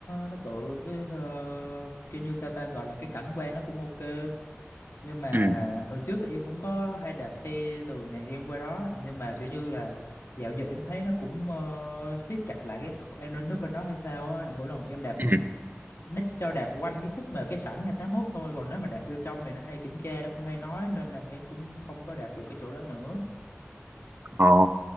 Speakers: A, on the left (about 65°); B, on the right (about 45°).
A: nó bự cái ờ, kiểu như sao ta gọi là cái cảnh quan nó cũng ok nhưng mà
B: ừ
A: hồi trước thì em cũng có hay đạp xe từ nhà em qua đó nhưng mà kiểu như là dạo giờ em thấy nó cũng ờ, siết chặt lại cái khu- an ninh ở bên đó hay sao á mỗi lần em đạp
B: ừ
A: nó cho đạp quanh cái khúc mà cái sảnh ngày tám mốt thôi còn nếu mà đạp vô trong thì nó hay kiểm tra nó cũng hay nói nên là em cũng không có đạp được cái chỗ đó nữa
B: ờ